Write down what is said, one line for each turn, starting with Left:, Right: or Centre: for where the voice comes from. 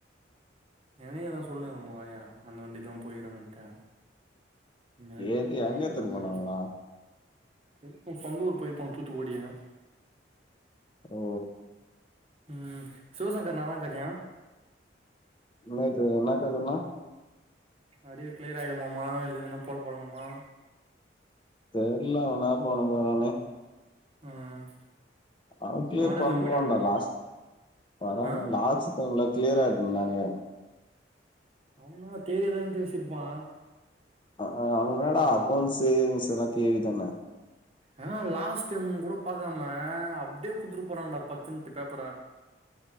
Right: என்னையு அதா சொல்லுனுகிறாங்க உங்க ஆயா அந்த வண்டில்லா போயி எறங்கன்ட்டு யாருக்கும்
Left: எது
Right: எப்பவுமே
Left: எங்க
Right: சொல்றப்ப
Left: எத்துனு போனாங்களா
Right: பேசு செரி ஓ சொந்த ஒரு போயிருப்பன் தூத்துக்குடியாங்க
Left: ஓ
Right: ம் சிவசங்கர் நாதான்ங்கஜயா
Left: இன்னொருத்தவன் எனக்கு எதனா
Right: அரிமர் கிளியர் ஆயிடுமாமா இல்ல எதனா புற போடணுமா
Left: தெர்ல அவன் என்னதா பண்ண போறானே
Right: ம்
Left: அவன் கிளியர்
Right: வரதுல
Left: பண்ருவான்டா
Right: உங்கிட்டானுங்களா
Left: லாஸ் பரவால்ல
Right: ஆ
Left: லாஸ் செம்ல கிளியர் ஆயிடும் நெனக்கிற
Right: அவனா <unintelligible> இருந்து பேசிருப்பான்
Left: ஆ அ அவன் என்னாடா அக்கௌன்ட்ஸு இன்ஸுலா தெரியும்தான
Right: ஆனா லாஸ்ட் டைமுனு கூட பாக்காம அப்டே குத்துட்டு போறானுடா பத்துன்ட்டு பேப்பர